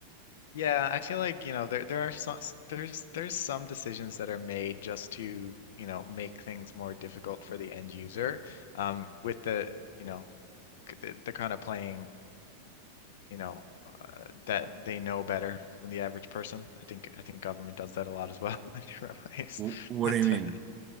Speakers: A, on the left (about 55°); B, on the right (about 30°).
A: Yeah, I feel like, you know, there there are some there's there's some decisions that are made just to, you know, make things more difficult for the end user. Um, with the, you know, c- the, the kind of playing, you know, uh, that they know better than the average person. I think I think government does that a lot as well <laughs> in different ways.
B: Wh-
A: <laughs>
B: What
A: But
B: do you mean?
A: uh,